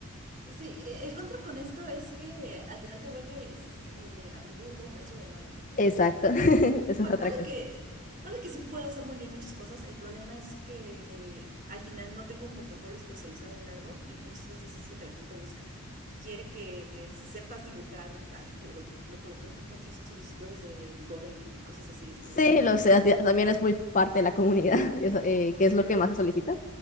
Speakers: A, on the right; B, on the left.
A: Sí, e- el contra con esto es que al final te vuelves eh, aprendiz de todo, maestro de nada.
B: Exacto, <laughs>
A: Pon-
B: eso es otra
A: Ponle
B: cosa.
A: que, ponle que sí puedo hacer muy bien muchas cosas. El problema es que al final no tengo un portafolio especializado en algo y muchas veces es lo que la gente busca. Quiere que sepas dibujar. Ay, lo, lo- con lo que más me encuentro son solicitudes de gore y cosas así. Es
B: Sí,
A: como que,
B: lo sé,
A: o
B: así- también es muy parte de la comunidad, <laughs> eso, eh, que es lo que más se solicita,